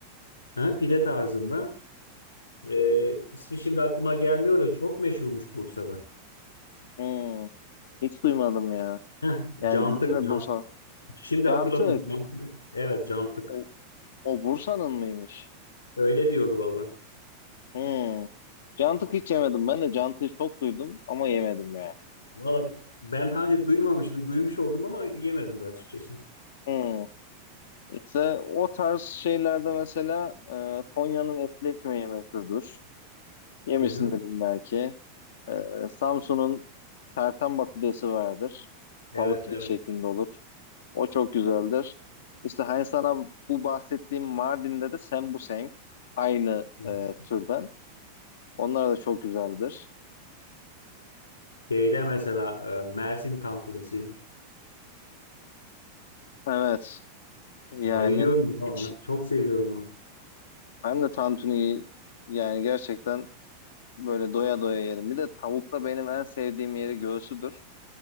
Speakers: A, on the left; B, on the left.
A: ha, pide tarzında. Ee, ismi şimdi aklıma gelmiyor da çok meşhurmuş Bursa'da.
B: Hmm, hiç duymadım ya.
A: Heh,
B: Yani
A: cantık.
B: bizim de
A: Can.
B: Bursa.
A: Şimdi
B: Cantık.
A: hatırladım. Cantık. Evet cantık.
B: O, o Bursa'nın mıymış?
A: Öyle diyordu valla.
B: Hmm. Cantık hiç yemedim. Ben de cantığı çok duydum ama yemedim ya.
A: Valla ben hani duymamıştım. Duymuş oldum ama yemedim de açıkçası.
B: Hmm. İşte o tarz şeylerde mesela e, Konya'nın etli ekmeği meşhurdur. Yemişsindir
A: Hı hı.
B: illa ki. E, Samsun'un Pertembak pidesi vardır.
A: Evet
B: Palı pide
A: evet.
B: şeklinde olur. O çok güzeldir. İşte hani sana bu bahsettiğim Mardin'de de sembuseng aynı
A: Evet.
B: e, türden. Onlar da çok güzeldir.
A: Şeyde mesela e, Mersin tantunisi.
B: Evet. Yani
A: Bayılıyorum ya ona.
B: hiç
A: Çok seviyorum onu.
B: ben de tantuniyi yani gerçekten böyle doya doya yerim. Bir de tavukta benim en sevdiğim yeri göğsüdür.